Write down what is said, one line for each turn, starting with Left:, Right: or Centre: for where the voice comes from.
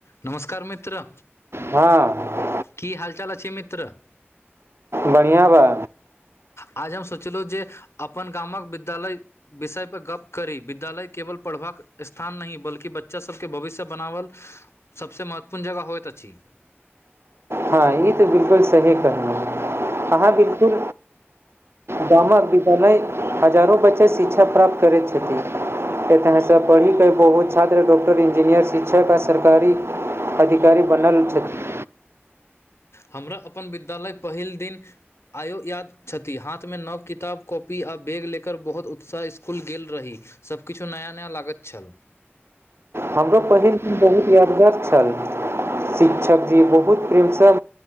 Left: नमस्कार मित्र
Right: हँ
Left: की हालचाल अछि मित्र
Right: बढ़ियाँ बा
Left: आज हम सोचलु जे अपन गामक विद्यालय विषय पर गप्प करी विद्यालय केवल पढ़बाक स्थान नहि बल्कि बच्चा सभके भविष्य बनावल सभसँ महत्वपूर्ण जगह होइत अछि।
Right: हँ ई तऽ बिल्कुल सही कहलुु अहाँ बिल्कुल गामक विद्यालय हजारो बच्चे शिक्षा प्राप्त करैत छथि एतऽ सँ पढ़िके बहुत छात्र डॉक्टर इंजीनियर शिक्षक आ सरकारी अधिकारी बनल छथि
Left: हमरा अपन विद्यालय पहिल दिन आयो याद छथि हाथमे नव किताब कॉपी आ बैग लेकर बहुत उत्साह इसकुल गेल रही सभकिछु नया नया लागैत छल
Right: हमरो पहिल दिन बहुत यादगार छल शिक्षकजी बहुत प्रेमसँ